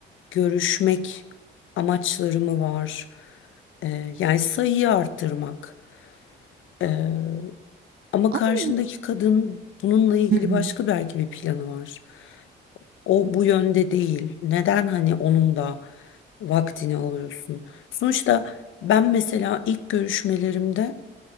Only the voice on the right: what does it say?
ama o-
Hı hı.